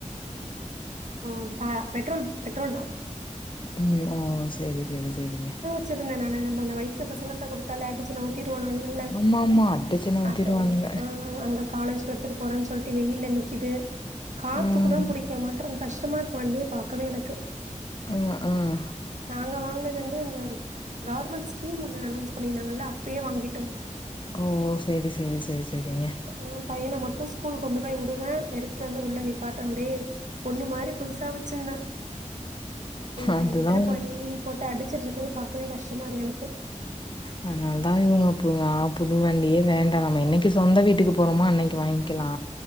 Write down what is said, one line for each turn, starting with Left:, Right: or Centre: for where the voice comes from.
Right: ஆ ப பெட்ரோல் பெட்ரோல் தா
Left: ம் ஓ சேரி சேரி சேரிங்க
Right: ச்சுருந்தே நானு நம்ம அந்த வயசு பசங்கள்ட்ட குடுத்தாலே ஆடுச்சி நவத்தீருவானுனு ல்ல
Left: ஆமாமா அட்டச்சன ஊத்திருவானுங்க
Right: அத ஆ அங்க காலேஜ் எடுத்துட்டு போறேன்னு சொல்லிட்டு வெயில் ல நிக்கிது காத்து
Left: ம்
Right: கூட பிடிக்க மாட்றங் கஷ்டமா இருக்கு வண்டிய பாக்கவே எனக்கு
Left: ம் ம்
Right: நாங்க வாங்கினது வந்து இந்த கவர்மெண்ட் ஸ்கீம் ஒன்னு அனோன்ஸ் பண்ணியிருந்தாங்கல்ல அப்பயே வாங்கிட்டோ
Left: ஓ சேரி சேரி சேரி சேரிங்க
Right: ம் பையன மட்டு ஸ்கூல் கொண்டு போய் உடுவ எடுத்துட்டு வந்து உள்ள நீப்பாட்ட அப்டியே பொண்ணு மாரி புதுசா வச்சிருந்த இவ
Left: அதுதா
Right: எடுத்துட்டு போயி போட்டு அடிச்சுட்டு இருக்குறது பாக்கவே கஷ்டமா இருக்கு எனக்கு
Left: அதனால தா இவங்க புது அ புது வண்டியே வேண்டா நம்ம என்னைக்கு சொந்த வீட்டுக்கு போறோமோ அன்னைக்கு வாங்கிக்கலா